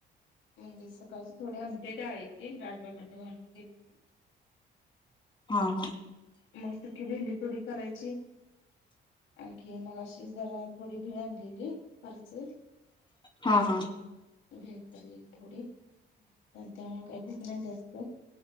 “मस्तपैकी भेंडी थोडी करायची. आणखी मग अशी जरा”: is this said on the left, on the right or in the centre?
Left